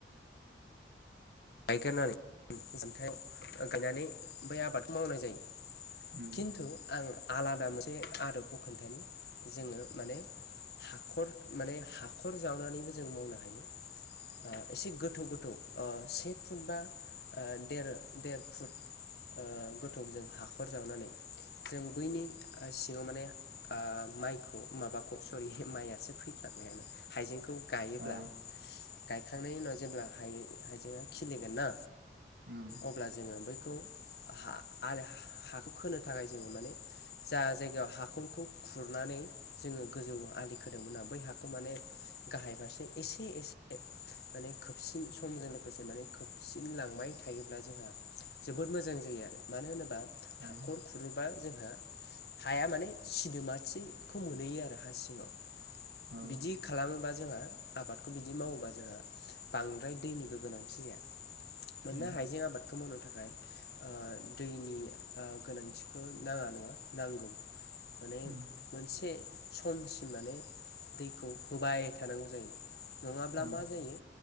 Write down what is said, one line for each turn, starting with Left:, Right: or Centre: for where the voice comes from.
Left: गायगोरनानै <unintelligible> जुमथायाव गायनानै बै आबादखौ मावनाय जायो
Right: उम
Left: खिन्थु आं आलादा मोनसे आदबखौ खोन्थानि जोङो माने हाखर माने हाखर जावनानैबो जों मावनो हायो ओ एसे गोथौ गोथौ ओ से फुट बा ओ देर देर फुट ओ गोथौजों हाखर जावनानै जों बैनि ओ सिङाव माने ओ माइखौ माबाखौ सरि मायासो फैफ्लां हाइजेंखौ गायोब्ला
Right: औ
Left: गायखांनायनि उनाव जेब्ला हाइ हाइजेंआ खिलिगोन ना
Right: उम
Left: अब्ला जोङो बैखौ हा आरो हाखौ खोनो थाखाय जोङो माने जा जायगायाव हाखरखौ खुरनानै जोङो गोजौ आलि खोदोंमोनना बै हाखौ माने गाहाय फारसे एसे एसे माने खोबसिन समजों लोगोसे माने खोबसिन लांबाय थायोब्ला जोंहा जोबोद मोजां जायो आरो मानो होनोबा
Right: औ
Left: हाखर खुरोबा जोंहा हाया माने सिदोमाथिखौ मोनहैयो आरो हा सिङाव
Right: औ
Left: बिदि खालामोबा जोंहा आबादखौ बिदि मावोबा जोंहा बांद्राय दैनिबो गोनांथि जाया मानोना
Right: उम
Left: हाइजें आबादखौ मावनो थाखाय ओ दैनि ओ गोनांथिखौ नाङा नङा नांगौ माने
Right: उम
Left: मोनसे समसिम माने दैखौ होबाय थानांगौ जायो नङाब्ला
Right: औ
Left: मा जायो